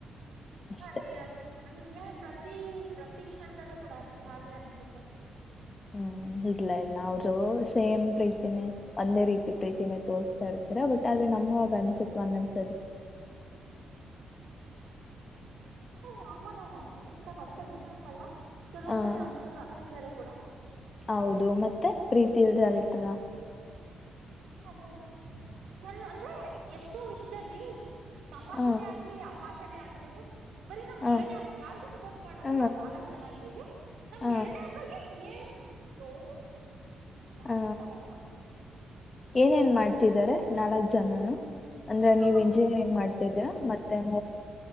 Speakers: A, on the left (about 30°); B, on the right (about 75°).
A: ಅಷ್ಟೆ
B: ಹ ರೇ ಅ ನಂಗಗೆ ಏನ್ ಪ್ರತಿ? ಪ್ರತಿ ಕ್ಷಣದಲ್ಲೂ ಕೂಡ ಅಷ್ಟೆ ಹಾಗೆ ಅನ್ಸುತ್ತ.
A: ಹ್ಮ್ ಇಲ್ಲ ಇಲ್ಲ ಅವರು ಸೇಮ್ ಪ್ರೀತಿನೇ ಒಂದೇ ರೀತಿ ಪ್ರೀತಿನೇ ತೋರ್ತಾ ಇರ್ತಾರೆ, ಬಟ್ ಆದ್ರೆ ನಮ್ಗ ಆಗ ಅನ್ಸತ್ ಒಂದೊಂದ್ಸರಿ.
B: ಅ ನಾ ಅಮ್ಮನಾವು ತುಂಬಾ ಇಷ್ಟ ಪಡ್ತೇವೆ ಇಗ ಅಂತಲ್ಲ. ಕೆಲವಂದ್ಲಲಿ
A: ಹ
B: ಅಂಗೋಸ್ಕರ ಇಟ್ಟಿದ್ದಾರೆ ಕೂಡ.
A: ಹೌದು ಮತ್ತೆ ಪ್ರೀತಿ ಇಲ್ ಅಳ್ತರ
B: ಆದ್ರೆ ಕೆಲ್ವು ಅಂದ್ರೆ ಎಷ್ಟೋ ವಿಷಯದಲ್ಲಿ ತಮಾಷೆನೆ
A: ಹ
B: ಆದ್ರಿ ಅಮ್ಮಾ ಆಗಲಿದು ಬರಿ ನಮ್
A: ಹ
B: ಎರಡೇ ಯಾರಿಗು ಸಪೋರ್ಟ್ ಮಾಡಲ್ಲ
A: ಹ
B: ನಾಲ್ಕು ಜನ ಐ ನಮ್
A: ಹ
B: ಎರನೇಕಗೆ ಏನ್ ತೋಗು ಬಾಟಿ
A: ಹ
B: ತ ಹ
A: ಏನೇನ್ ಮಾಡ ಮಾಡ್ತಿದ್ದಾರೆ ನಾಲ್ಕ್ ಜನನು ಅಂದ್ರೆ
B: ನಮ್ಮಕ್ಕ
A: ನೀವ್ ಇಂಜಿನಿಯರಿಂಗ್ ಮಾಡ್ತಿದ್ದೀರಾ ಮತ್ತೆಲ್